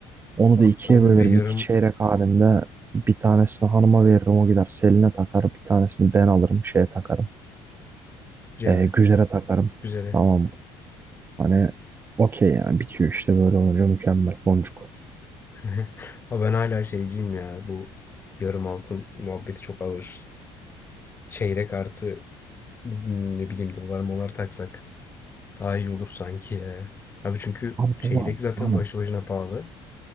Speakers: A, on the right (about 20°); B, on the left (about 20°).
A: Onu
B: Abi
A: da ikiye
B: tam
A: bölerim
B: ve yarım
A: iki çeyrek halinde. Bir tanesini hanıma veririm o gider Selin'e takar. Bir tanesini ben alırım şeye takarım.
B: ceme.
A: E, Güzer'e takarım.
B: Güzele.
A: Tamam Hani okey yani bitiyor işte böyle olunca mükemmel boncuk.
B: <laughs> Ama ben hala şeyciyim ya. Bu yarım altın muhabbeti çok ağır. Çeyrek artı hmm, ne bileyim dolar molar taksak daha iyi olur sanki ya. Abi çünkü
A: Abi
B: çeyrek
A: dolar.
B: zaten
A: Hani
B: başlı başına pahalı.